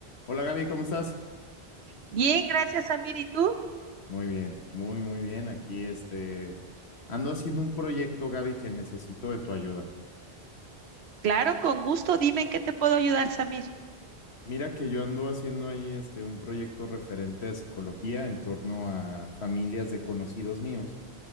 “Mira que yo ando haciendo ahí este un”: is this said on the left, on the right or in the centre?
Left